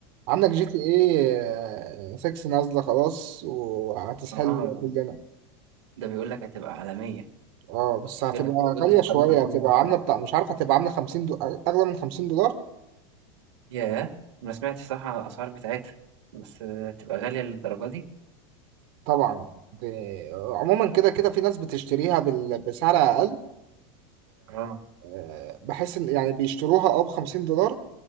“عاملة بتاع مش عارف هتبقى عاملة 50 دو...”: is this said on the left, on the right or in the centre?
Right